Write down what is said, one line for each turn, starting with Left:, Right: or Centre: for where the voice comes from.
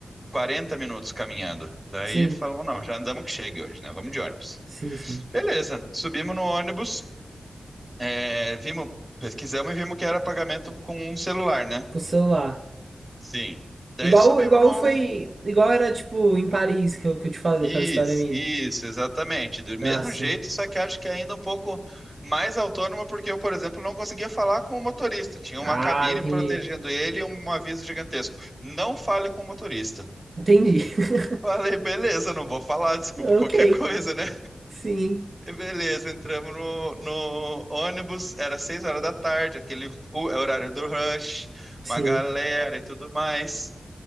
Centre: 40 minutos caminhando. Daí
Right: Sim.
Centre: falamos, não, já andamos que chegue hoje, né? Vamos de ônibus.
Right: Sim, sim.
Centre: Beleza, subimos no ônibus. É, vimos, pesquisamos e vimos que era pagamento com um celular, né?
Right: Com o celular.
Centre: Sim. Daí
Right: Igual,
Centre: subimos
Right: igual
Centre: no.
Right: foi. Igual era, tipo, em Paris que eu, que eu te falei
Centre: Isso,
Right: daquela história minha.
Centre: isso, exatamente. Do mesmo
Right: Ah, sim.
Centre: jeito, só que acho que ainda um pouco mais autônoma, porque eu, por exemplo, não conseguia falar com o motorista. Tinha
Right: Ah,
Centre: uma cabine
Right: entendi.
Centre: protegendo ele e um aviso gigantesco. Não fale com o motorista.
Right: Entendi. <laughs>
Centre: Falei, beleza, não vou falar, desculpa
Right: Ok.
Centre: qualquer <laughs> coisa, né?
Right: Sim.
Centre: Beleza, entramos no, no ônibus, era seis horas da tarde, aquele o- é o horário do rush,
Right: Sim.
Centre: uma galera e tudo mais.